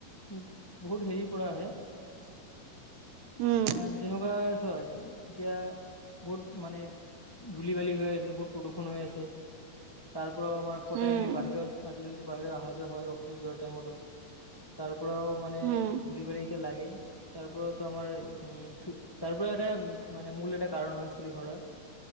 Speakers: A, on the left; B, on the right.
A: <unintelligible> বহুত হেৰিৰ পৰা আহে।
B: উম
A: অ', যেনেকুৱা চ <unintelligible> এতিয়া বহুত মানে ধূলি বালি হৈ আছে, বহুত প্ৰদূষণ হৈ আছে। তাৰ পৰা আমাৰ সদায়
B: উম
A: আমি বাহিৰত আজিকালিতো বাহিৰত অহা যোৱা হয়, অফিচত যোৱাৰ টাইমতো। তাৰ পৰাও মানে
B: উম
A: ধূলি বালি লাগে, তাৰ পৰাওতো আমাৰ উম, চু তাৰ পৰা এটা মানে মূল এটা কাৰণ হয় চুলি সৰাৰ।